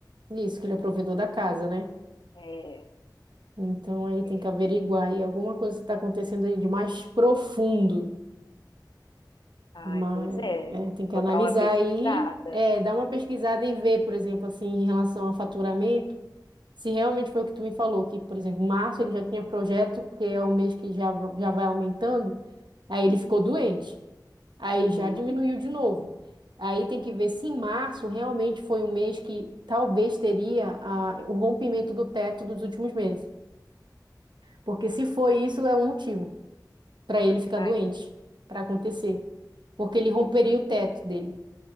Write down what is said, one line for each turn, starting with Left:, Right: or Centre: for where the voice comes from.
Right: Isso, que ele é provedor da casa, né?
Left: É,
Right: Então aí tem
Left: é.
Right: que averiguar aí alguma coisa que está acontecendo aí de mais profundo.
Left: Ai,
Right: Mas
Left: pois é.
Right: é, tem que
Left: Vou
Right: analisar
Left: dar uma pesquisada.
Right: aí, é, dar uma pesquisada e ver, por exemplo, assim, em relação a faturamento, se realmente foi o que tu me falou, que, por exemplo, março ele já tinha projeto, que é o mês que já, va- já vai aumentando, aí ele ficou doente, aí
Left: Uhum.
Right: já diminuiu de novo. Aí tem que ver se em março realmente foi um mês que talvez teria a- o rompimento do teto dos últimos meses. Porque se foi isso, é um motivo. para ele ficar
Left: Ai,
Right: doente, para acontecer, porque ele romperia
Left: pois é.
Right: o teto dele.